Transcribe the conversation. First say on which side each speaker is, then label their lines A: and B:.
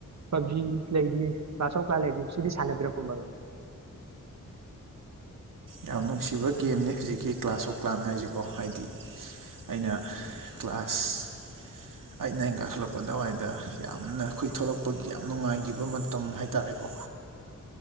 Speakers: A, on the right (about 55°); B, on the right (about 80°).
A: ꯄꯞꯖꯤ ꯂꯩꯔꯤ ꯃꯥꯔꯁꯐ ꯀꯥꯔ ꯂꯩꯔꯤ ꯁꯤꯗꯤ ꯁꯥꯟꯅꯕꯤꯔꯛꯄ ꯃꯔ
B: ꯌꯥꯝ ꯅꯨꯡꯁꯤꯕ ꯒꯦꯝꯅꯤ ꯍꯧꯖꯤꯛꯀꯤ ꯀ꯭ꯂꯥꯁ ꯑꯣꯐ ꯀ꯭ꯂꯥꯟ ꯍꯥꯏꯁꯤꯀꯣ ꯍꯥꯏꯗꯤ ꯑꯩꯅ ꯀ꯭ꯂꯥꯁ ꯑꯩꯅ ꯑꯩꯅ ꯀꯥꯈꯠꯂꯛꯄ ꯑꯗꯨꯋꯥꯏꯗ ꯌꯥꯝꯅ ꯑꯩꯈꯣꯏ ꯊꯣꯛꯂꯛꯄꯒꯤ ꯌꯥꯝ ꯅꯨꯡꯉꯥꯏꯈꯤꯕ ꯃꯇꯝ ꯍꯥꯏꯇꯥꯔꯦꯀꯣ
A: <unintelligible>